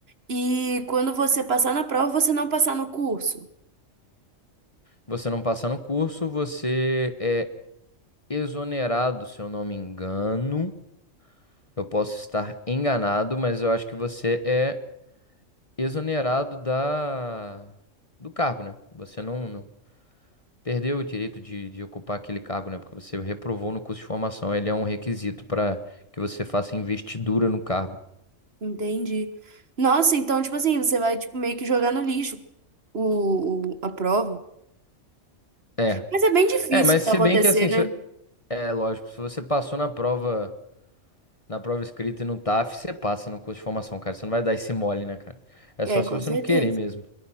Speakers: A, on the right (about 50°); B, on the left (about 25°).
A: e quando você passar na prova, você não passar no curso?
B: Você não passa no curso, você é exonerado, se eu não me engano. Eu posso estar enganado, mas eu acho que você é exonerado da do cargo, né? Você não, não, Perdeu o direito de, de ocupar aquele cargo, né? Porque você reprovou no curso de formação. Ele é um requisito para que você faça investidura no cargo.
A: Entendi. Nossa, então, tipo assim, você vai, tipo, meio que jogar no lixo o, o- a prova.
B: É.
A: Mas é bem difícil
B: É, mas
A: isso
B: se
A: acontecer,
B: bem que assim,
A: né?
B: se- é lógico, se você passou na prova, na prova escrita e no TAF, você passa no curso de formação, cara. Você não vai dar esse mole, né, cara? É
A: É,
B: só se
A: com
B: você
A: certeza.
B: não querer mesmo.